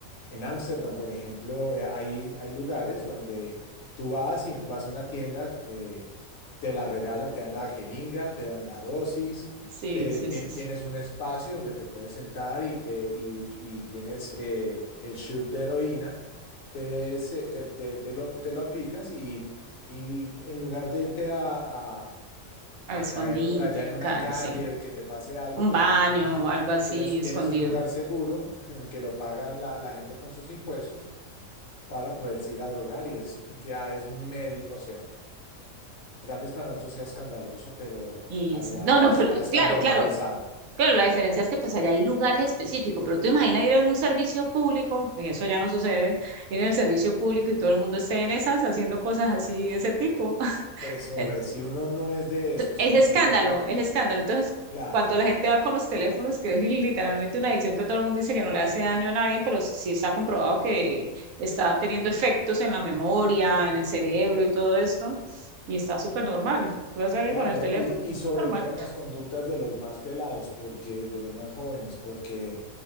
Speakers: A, on the left; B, on the right.
A: en Ámsterdam, por ejemplo, eh, hay, hay lugares donde tú vas y vas a una tienda, eh, te la regalan, te dan la jeringa, te dan la dosis,
B: Sí,
A: te,
B: sí,
A: tien-
B: eso
A: tienes un espacio donde te puedes sentar y, te, y, y tienes eh, el shoot de heroína, te, se- te, te, te lo, te lo aplicas y en lugar de irte a, a-
B: A
A: a
B: la escondite,
A: caer por allá
B: a
A: en
B: la
A: una
B: calle,
A: calle,
B: sí.
A: que te pase algo,
B: un
A: pues
B: baño
A: tienes un,
B: o algo así
A: tienes,
B: escondido.
A: tienes un lugar seguro <laughs> que lo pagan la, la gente con sus impuestos para poderse ir a drogar y es, ya es medio, o sea, tal vez para nosotros sea escandaloso, pero
B: Y
A: allá
B: sí. no, no,
A: es,
B: pero
A: ya está
B: claro,
A: normalizado.
B: claro, claro, la diferencia es que pues allá hay lugares específicos, pero tú imaginas ir en un servicio público, y eso ya no sucede, ir en el servicio público y todo el mundo esté en esas haciendo cosas así de ese tipo. <laughs>
A: Pues hombre, si uno no es de esos
B: Es
A: y
B: escándalo,
A: y-
B: es escándalo. Entonces,
A: claro.
B: cuando la gente va con los teléfonos, que es literalmente una adicción que todo el mundo dice que no le hace daño a nadie, pero sí está comprobado que está teniendo efectos en la memoria, en el cerebro y todo esto, y está súper normal. Tú vas a alguien
A: Claro,
B: con el teléfono,
A: y, y sobre
B: normal.
A: todo en las conductas de los más pelados, porque de los más jóvenes, porque